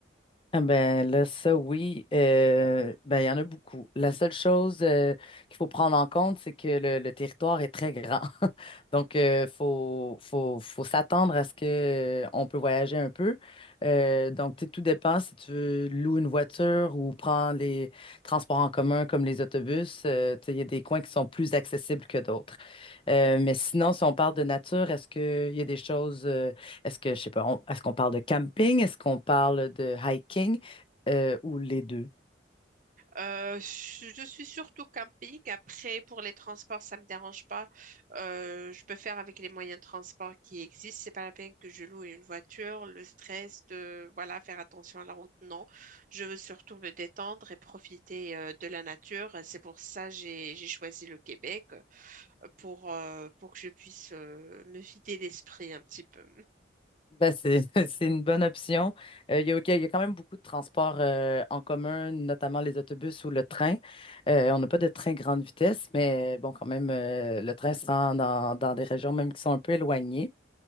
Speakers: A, on the left; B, on the right.
A: Ah ben là, ça oui, euh, ben il y en a beaucoup. La seule chose euh, qu'il faut prendre en compte, c'est que le, le territoire est très grand. <laughs> Donc, euh, faut, faut, faut s'attendre à ce que euh, on peut voyager un peu. Euh, donc, tu sais, tout dépend si tu veux louer une voiture ou prendre les transports en commun comme les autobus. Euh, tu sais, il y a des coins qui sont plus accessibles que d'autres. Euh, mais sinon, si on parle de nature, est-ce qu'il y a des choses euh, est-ce que, je sais pas, on- est-ce qu'on parle de camping? Est-ce qu'on parle de hiking? Euh, ou les deux?
B: Euh, je je suis surtout camping. Après, pour les transports, ça me dérange pas. Euh, je peux faire avec les moyens de transport qui existent. C'est pas la peine que je loue une voiture. Le stress de, voilà, faire attention à la route, non. Je veux surtout me détendre et profiter euh, de la nature. C'est pour ça que j'ai j'ai choisi le Québec euh, pour euh, pour que je puisse euh, me vider l'esprit un petit peu.
A: Ben, c'est, <laughs> c'est une bonne option. Euh, il y a, il y a quand même beaucoup de transports euh, en commun, notamment les autobus ou le train. Euh, on n'a pas de train grande vitesse, mais bon, quand même, euh, le train se rend dans, dans des régions même qui sont un peu éloignées.